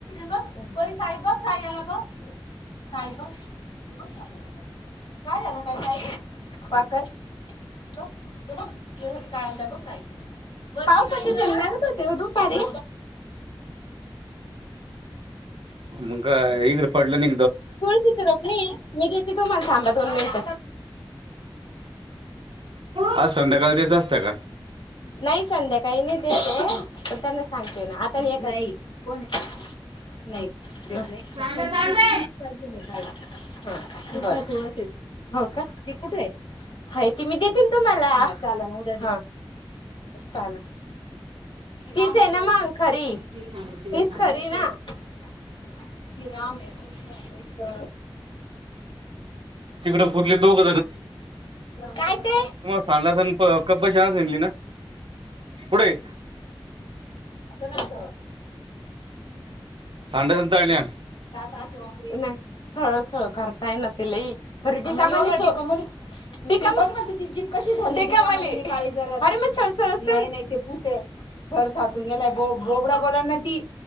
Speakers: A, on the left; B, on the right.
A: बस परी खईब खय गला ब चाल बघ काय झा ना त्यांच्या वाक बघ तू बघ यासाठी काय आण बघ काय पावसाची त्या लागत होते दुपारी
B: मग हेकडे पडलं नि
A: तुळशीची रोखणी मी देते तुम्हाला थाबा दोन मिनिट
B: हा संध्याकाळी त्याच असत का
A: नाही संध्या काही नाही देते पण त्यांना सांगते ना आता एकदा कोण नाही दे नाही
B: सांड
A: पणी
B: सांड रे
A: पाहिजे का ह हो का ते कुठे आहे ह त मी देतीलन तुम्हाला चाल ना उद्या चाल तीच आहे ना मग खरी तच
B: ते सांड तिला सांड
A: कररी ना किराम आहे कसण
B: तिकडं कुठले दोघ
A: काय ते
B: तुमला सांगला कब्बर शान सली ना पुढे
A: असं नाहीत
B: सांडे्याशन चाल्यान
A: का नाही सळ सळ करताय ना तलाही त <inaudible> ते का बघ म तिझ जीप कशी झाली का ज अरे म सळळ पु <inaudible> घर जात तंगेला ब बोबडा बोलाना ती